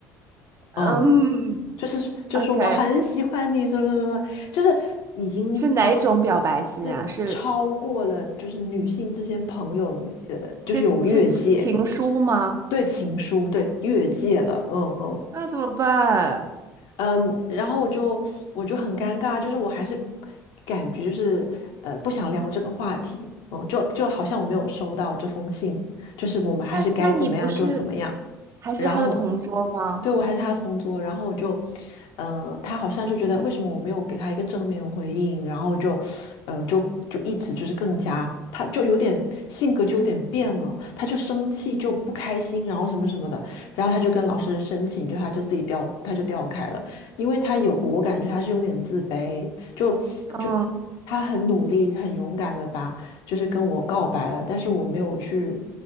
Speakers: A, on the right; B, on the left.
A: 嗯
B: 嗯，就是说就是说我很喜欢你，
A: ，OK，
B: 什么什么什么，就是已经与
A: 是哪种表白信啊？
B: 是超过了，
A: 是
B: 就是女性之间朋友，呃，就是有越界，
A: 是是情情书吗？
B: 对情书，对越界了，嗯嗯。
A: 那怎么办？
B: 嗯，然后我就我就很尴尬，就是我还是感觉就是呃不想聊这个话题，嗯，就就好像我没有收到这封信，就是我们还是该怎么样就怎么样。
A: 那那你不是还是他的同桌吗？
B: 然后对我还是他同桌，然后我就，嗯、他好像就觉得为什么我没有给他一个正面回应，然后就，呃，就就一直就是更加，他就有点性格就有点变了，他就生气就不开心，然后什么什么的，然后他就跟老师申请，就他就自己调，他就调开了。因为他有，我感觉他是有点自卑，就就
A: 嗯，
B: 他很努力、很勇敢的把就是跟我告白了，但是我没有去